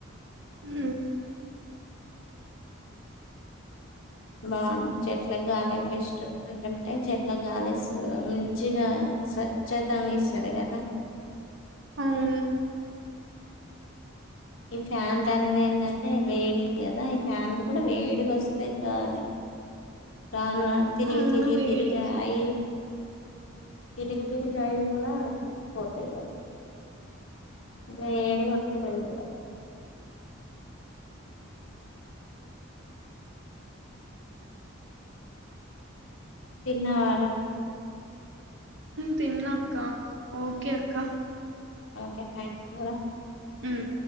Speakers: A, on the right; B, on the left.
A: ఉ
B: బాగుంది చెట్లకు గాలి బెస్ట్ ఎందుకంటే చెట్ల గాలి మంచిగా స్వచ్చతంగా ఇస్తుంది కదా
A: అవు
B: ఈ ఫ్యాన్లు అనేది ఏంటంటే వేడి కదా ఈ ఫ్యాన్లు కూడా వేడిక వస్తాయి కానీ రాను తిరిగి
A: అవును
B: తిరిగి
A: వేడికి
B: తిరిగి అయి తిరిగి తిరిగాయి కూడా అచ్చపోతాయి కా అ ఏడిపోత్తకాయి కూడా చిన్న వర
A: తిన్నాక ఓకే ఓకే అక్క
B: ఓకే థ్యాంక్ ూ
A: మ్